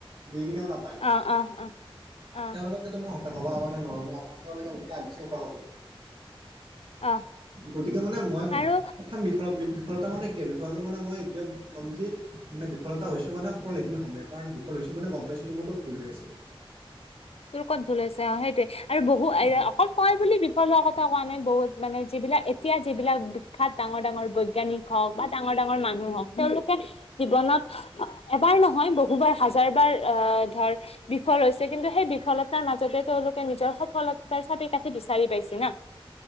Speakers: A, on the right (about 60°); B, on the left (about 90°).
A: দি কিনিও নাপায়।
B: অ অ অ অ'।
A: তেনেকেটো মই হতাশ হব নোৱাৰো ন কাৰণ তেওঁলোকে মোতকে বেচি হতাশ হ'ব।
B: অ
A: গতিকে মানে মই
B: আৰু
A: প্ৰথম বিফলত বি বিফলতা মানে কি আৰু বিফলতা মানে মই এইটোয়ে কম যে মানে বিফলতা হৈছো মানে সফল এদিন হমেই। কাৰণ বিফল হৈছে মানে গম পাইছো যে মই ক'ত ভুল হৈ আছে।
B: তোৰ ক'ত ভুল হৈছে অ' সেইটয়ে আৰু বহু
A: উম
B: অকল তই বুলি বিফল হোৱাৰ কথা কোৱা নাই বহুত মানে যিবিলাক এতিয়া যিবিলাক বিখ্যাত ডাঙৰ ডাঙৰ বৈজ্ঞানিক হওঁক বা ডাঙৰ ডাঙৰ মানুহ হওঁক তেওঁলোকে জীৱনত এবাৰ নহয় বহুবাৰ হাজাৰ বাৰ অ' ধৰ বিফল হৈছে কিন্তু সেই বি ফলতাৰ মাজতে তেওঁলোকে নিজৰ সফলতাৰ চাবি কাঠি বিচাৰি পাইছে না।